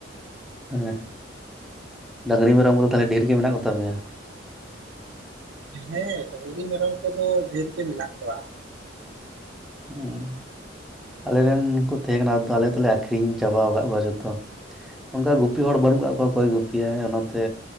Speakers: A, in the centre; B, on the right.
A: ᱦᱮᱸ ᱰᱟᱝᱨᱤ ᱢᱮᱨᱚᱢ ᱠᱚᱫᱚ ᱛᱟᱦᱚᱞᱮ ᱰᱷᱮᱨ ᱜᱮ ᱢᱮᱱᱟᱜ ᱠᱚᱛᱟ ᱯᱮᱭᱟ?
B: ᱦᱮᱸ ᱰᱟᱝᱨᱤ ᱢᱮᱨᱚᱢ ᱠᱚᱫᱚ ᱰᱷᱮᱨ ᱜᱮ ᱢᱮᱱᱟᱜ ᱠᱚᱣᱟ᱾
A: ᱦᱩᱸ ᱟᱞᱮᱨᱮᱱᱠᱩ ᱛᱟᱦᱮᱸ ᱠᱟᱱᱟ ᱟᱫᱩ ᱟᱞᱮ ᱫᱚᱞᱮ ᱟ ᱠᱷᱨᱤᱧ ᱪᱟᱵᱟᱣ ᱠᱟᱜ ᱠᱚᱣᱟ ᱡᱷᱚᱛᱚ ᱚᱝᱠᱟ ᱜᱩᱯᱤ ᱦᱚᱲ ᱠᱚ ᱵᱟᱹᱱᱩᱜ ᱠᱟᱜ ᱠᱚᱣᱟ
B: ᱟᱪᱪᱷᱟ
A: ᱚᱠᱚᱭ ᱜᱩᱯ ᱯᱤᱭᱟᱭ ᱚᱱᱟᱛᱮ